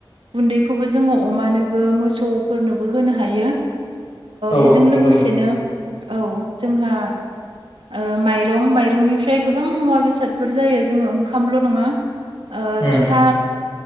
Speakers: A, on the right; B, on the left.
A: गुन्दैखौबो जोङो अमानोबो मोसौ सौफोरनोबो होनो हायो
B: औ
A: बेजों
B: नंगौ
A: लोगोसेनो
B: नोंथां
A: औ जोंहा ओ माइरं माइरंनिफ्राय गोबां मुवा बेसादफोर जायो जोङो ओंखामल' नङा
B: उम
A: फिथा